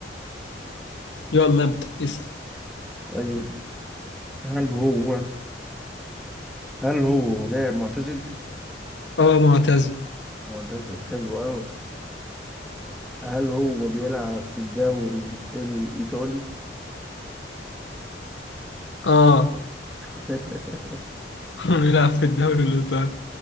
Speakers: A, on the left; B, in the centre.
A: يلا ابدأ اسأل
B: طيب هل هو هل هو لاعب معتزل؟
A: آه معتزل
B: معتزل حلو أوي هل هو بيلعب في الدوري الإيطالي؟
A: آه
B: <laughs>
A: <laughs> بيلعب في الدوري الإيطالي